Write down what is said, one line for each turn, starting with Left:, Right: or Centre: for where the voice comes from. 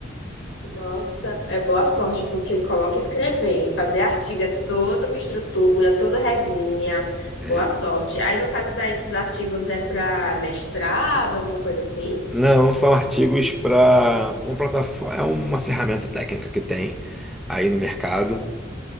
Left: Nossa, é boa sorte, porque coloca escrever, hein? fazer artigo é toda uma estrutura, toda regrinha.
Centre: É.
Left: Boa sorte. Aí, no caso daí, esses artigos é para mestrado, alguma coisa assim?
Centre: Não, são artigos para uma plataforma, é uma ferramenta técnica que tem aí no mercado